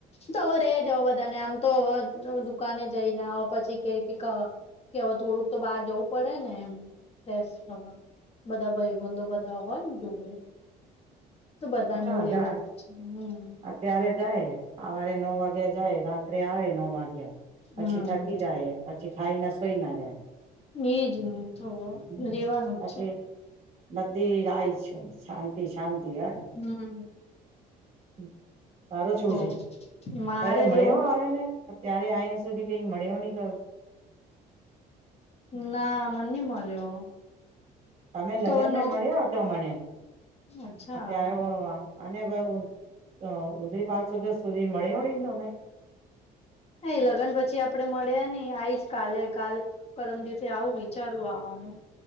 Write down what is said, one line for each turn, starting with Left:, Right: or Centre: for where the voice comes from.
Left: તોરે જો બધા નામ. તો દુકાને જઈને આવ પછી કે કે અવે થોડુંક તો બહાર જવું પડે ને એમ. ફ્રેશ થવા બધા ભયબંધો ને બધા. હોય ને જોડે <unintelligible> એ તો બધાયને
Right: હા
Left: એવું રેવાનું
Right: જાય
Left: છે હમ.
Right: અત્યારે જાય સવારે નવ વાગ્યા જાય રાત્રે આવે નો વાગ્યા
Left: હમ
Right: પછી થકી જાય પછી ખાઈ ના સોઈ ના જાય
Left: એજ ને તો
Right: <unintelligible>
Left: રેવાનું જ
Right: પછી
Left: છે
Right: બધી આાય છે શાંતિ શાંતિ.
Left: હમ.
Right: હમ તારું શું
Left: તો
Right: છે
Left: મારે
Right: <unintelligible> મળ્યો
Left: જો
Right: આવેને. અત્યારે અહીંયા સુધી કઈ મળ યોની કર.
Left: ના મન નઇ મળ્યો.
Right: તમે લગ્ન
Left: તો
Right: મે
Left: નો
Right: મળ્યો હતો મને
Left: અચ્છા
Right: અત્યારે આ અને બુ તો ઉદેત આજ સુધી સુરી મળ્યો નહી તમને
Left: એ લગ્ન પછી આપડે મળ્યા નઈ આવીઈ જ કાલે કાલ કરમ દિવસે આવું વિચારું આવાનું.